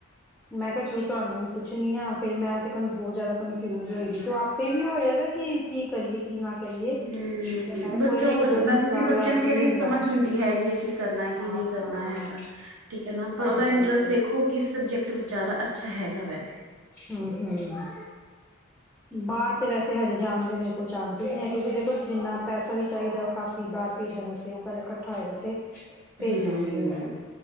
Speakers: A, in the centre; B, on the right.
A: ਮੈਂ ਕਿਆ ਚਲੋ ਤੁਆਨੂੰ ਵੀ ਪੁੱਛਨੀ ਆ ਫੇਰ ਮੈਂ ਤੇ ਬੋਤ ਜਾਦਾ ਕਨਫਿਊਜ ਹੋਈ ਦੀ ਸੀ। ੳ ਆਪੇ ਵੀ ਹੋਇਆ ਦੇ ਕੀ ਕੀ ਕਰੀਏ ਕੀ ਨਾ ਕਰੀਏ
B: ਹੂੰ
A: ਤੇ ਮੈਂ ਕਿਹਾ
B: ਬੱਚਾ
A: ਕੋਈ ਨੀ ਇੱਕ
B: ਹੋ ਜਾਂਦਾ
A: ਦੋ ਦੀ ਸਲਾਹ
B: ਕਿਉਂਕਿ ਬੱਚੇ
A: ਲੈ
B: ਨੂੰ ਕਿਹੜੀ
A: ਕੇ ਹੀ ਹੁੰਦਾ
B: ਸਮਝ ਹੁੰਦੀ ਹੈਗੀ ਏ, ਕੀ ਕਰਨਾ ਕੀ
A: ਹਾਂ
B: ਨਈ ਕਰਨਾ
A: ਹਾਂ
B: ਹੈਗਾ। ਠੀਕ ਏ ਨਾ
A: ਤਾਂ
B: ਪਰ ਉਦਾ
A: ਕਰਕੇ
B: ਇੰਟਰਸਟ ਦੇਖੋ ਕਿਸ ਸਬਜੈਕਟ ਵਿੱਚ ਜਾਦਾ ਅੱਛਾ ਹੈਗਾ ਵੈ।
A: ਹੂੰ ਹੂੰ ਬਾਰ ਤੇ ਵੈਸੇ ਹਜੇ ਜਾਨ ਦੇ ਮੇਰੇ ਕੋਲ ਚਾਂਸ ਨੀ ਹੈ, ਕਿਉਂਕਿ ਦੇਖੋ ਜਿੰਨਾ ਪੈਸਾ ਵੀ ਚਾਈਦਾ ਉ ਕਾਫੀ ਬਾਰ ਭੇਜਨ ਵਾਸ ਤੇ ਉ ਪੈਲਾਂ ਕੱਠਾ ਹੋਏਗਾ ਤੇ ਭੇਜਾਂਗੇ
B: ਹਮ
A: ਉਨੇ।